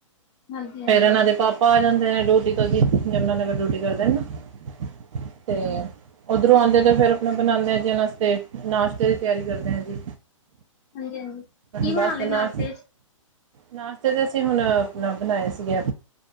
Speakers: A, on the left; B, on the right.
A: -ਹਾਂਜੀ -ਹਾਂਜੀ -ਹਾਂਜੀ।
B: ਫੇਰ ਇਨਾਂ ਦੇ ਪਾਪਾ ਆ ਜਾਂਦੇ ਨੇ ਡਿਊਟੀ ਤੋਂ ਜੀ, ਯਮੁਨਾ ਨਗਰ ਡਿਊਟੀ ਕਰਦੇ ਨੇ ਨਾ। ਤੇ
A: ਹਾਂਜੀ
B: ਓਧਰੋਂ ਆਦੇ ਤੇ ਫੇਰ ਆਪਣਾ ਬਨਾਦੇ ਆ ਜੀ ਇਨਾ ਨਾਸ਼ਤੇ ਦੀ ਤਿਆਰੀ ਕਰਦੇ ਆ ਜੀ
A: -ਹਾਂਜੀ -ਹਾਂਜੀ -ਹਾਂਜੀ -ਹਾਂਜੀ -ਹਾਂਜੀ ਕੀ
B: ਬਸ
A: ਬਣਾ ਲਿਆ
B: ਉਨਾਂ
A: ਨਾਸ਼ਤੇ ਚ
B: ਨਾਸ਼ਤਾ ਤੇ ਅਸੀਂ ਹੁਨ ਆਪਨਾ ਬਣਾਏ ਸੀਗੇ